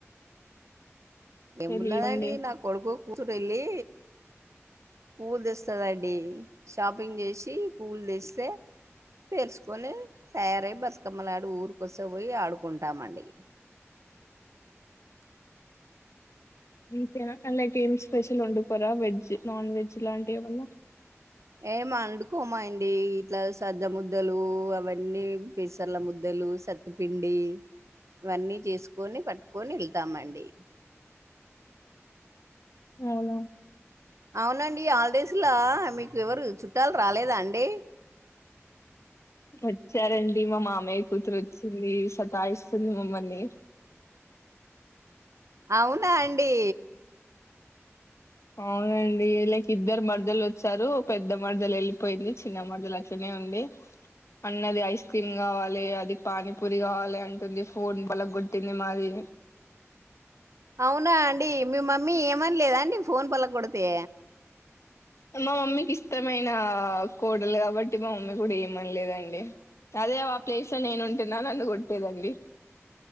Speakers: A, on the right (about 80°); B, on the left (about 70°).
A: ఏమున్నాదండి
B: తెలియదండి
A: నా కొడుకు కూతురు యెళ్ళి పూవులు దెస్తదండి షాపింగ్ జేసి పూవులు దెస్తే పెరుసుకొని తయారై బతుకమ్మ నాడు ఊరికొసకి బోయి ఆడుకుంటామండి
B: ఇంతేనా కానీ లేక ఏమి స్పెషల్ వండుకోరా వెజ్ నాన్ వెజ్ లాంటివి ఏమన్నా
A: ఏం వండుకోమండి ఇట్లా సజ్జ ముద్దలు అవన్నీ పెసర్ల ముద్దలు సత్తిపిండి ఇవన్నీ జేసుకొని పట్టుకొని యెళ్తామండి
B: అవునా
A: అవునండి హాలిడేస్ల మీకు ఎవరు చుట్టాలు రాలేదా అండి
B: వచ్చారండి మా మామయ్య కూతురు వచ్చింది సతాయిస్తుంది మమ్మల్ని
A: అవునా అండి
B: అవునండి లైక్ ఇద్దరు మరదలు వచ్చారు పెద్ద మరదలు యెళ్ళిపోయింది చిన్న మరదలు వచ్ ఇక్కనే ఉంది అన్నది ఐస్ క్రీమ్ గావాలే అది పానీపూరి గావాలే అంటుంది ఫోన్ బలగొట్టింది మాది
A: అవునా అండి మీ మమ్మీ ఏమన లేదాండి ఫోన్ బలగొడితే
B: మా మమ్మీకి ఇష్టమైన కోడలు గాబట్టి మా మమ్మీ గూడా ఏమనలేదండి అదే ఆ ప్లేస్ లో నేను ఉంటున్నా నన్ను గొట్టేదండి